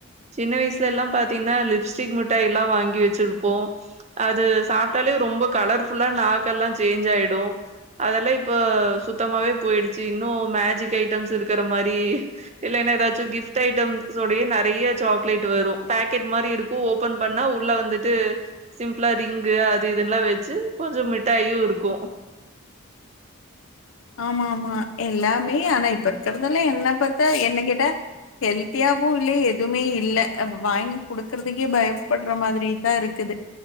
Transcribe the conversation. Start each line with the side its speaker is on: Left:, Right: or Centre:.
Right: சின்ன வயசுல எல்லா பாத்தீங்கன்னா லிப்ஸ்டிக் மிட்டாய் எல்லா வாங்கி வெச்சிருப்போ அது சாப்ட்டாலே ரொம்ப கலர் ஃபுல்லா நாக்க எல்லா சேஞ்ச் ஆயிடு அதெல்லா இப்ப சு த்தமாவே போயிடுச்சு இன்னு மேஜிக் ஐட்டம்ஸ் இருக்கற மாரி இல்லைன்னா ஏதாச்சு கிஃப்ட் ஐட்டம் ஸுடையே நெறைய சாக்லேட் வரு பேக்கெட் மாரி இருக்கு ஓபன் பண்ணா உள்ள வந்துட்டு சிம்பிளா ரிங்கு அது இதெல்லா வெச்சு கொஞ்ச மிட்டாயு இருக்கு
Left: ஆமா ஆமா எல்லாமே ஆனா இப்ப இருக்கறதெல்லா என்ன பாத்தா என்ன கேட்ட ஹெல்த்தியாவு இல்ல எதுவுமே இல்ல அ வாங்கி குடுக்குறதுக்கே பயப்புட்ற மாதிரி தா இருக்கு இது